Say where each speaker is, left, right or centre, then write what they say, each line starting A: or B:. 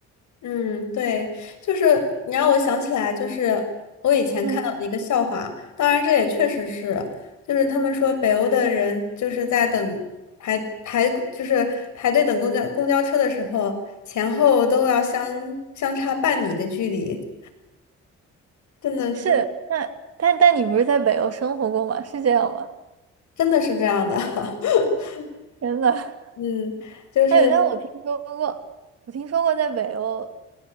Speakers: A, on the left (about 70°); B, on the right (about 55°).
A: 嗯，对，就是你让我想起来，就是我以前看到的一个笑话，
B: 嗯，
A: 当然这也确实是，就是他们说北欧的人就是在等排排，就是排队等公交公交车的时候，前后都要相相差半米的距离，真的是
B: 是，那但但你不是在北欧生活过吗？是这样吗？
A: 真的是这样的。<laughs>
B: 真的，
A: 嗯，
B: <laughs>
A: 就是
B: 哎，但我听说过，我听说过在北欧。